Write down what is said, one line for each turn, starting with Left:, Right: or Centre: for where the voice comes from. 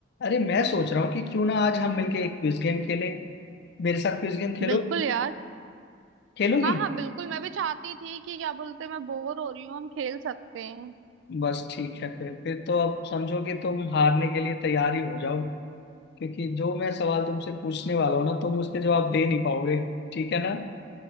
Left: अरे मैं सोच रहा हूँ कि क्यों ना आज हम मिलके एक क्विज गेम खेलें मेरे साथ क्विज गेम खेलो
Right: बिल्कुल यार
Left: खेलोगी
Right: हाँ हाँ बिल्कुल मैं भी चाहती थी कि क्या बोलते हैं मैं बोर हो रही हूँ हम खेल सकते हैं
Left: बस ठीक है फिर फिर तो अब समझो कि तुम हारने के लिए तैयार ही हो जाओ क्योंकि जो मैं सवाल तुमसे पूछने वाला हूँ ना तुम उसके जवाब दे नहीं पाओगे ठीक है ना